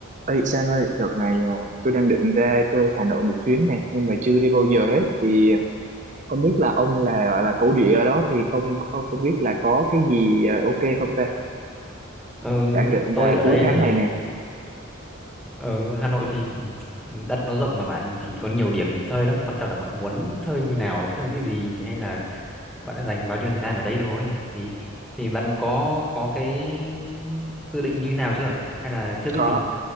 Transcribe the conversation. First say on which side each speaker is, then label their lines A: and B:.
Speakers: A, on the right; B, in the centre.
A: Ê Sang ơi, đợt này à, tôi đang định ra chơi Hà Nội một chuyến này, nhưng mà chưa đi bao giờ hết. Thì không biết là ông là là thổ địa ở đó thì không không, không biết là có cái gì à, ok không ta?
B: Ờ,
A: Đang định
B: tôi
A: là
B: ở
A: cuối
B: đây
A: tháng
B: thì
A: này nè.
B: ở Hà Nội thì ừ, đất nó rộng mà bạn thì có nhiều điểm chơi lắm quan trọng là bạn muốn chơi như nào chơi cái gì hay là bạn đã dành bao nhiêu thời gian ở đây thôi thì thì bạn có có cái dự định như nào chưa hay là chưa biết
A: Có
B: gì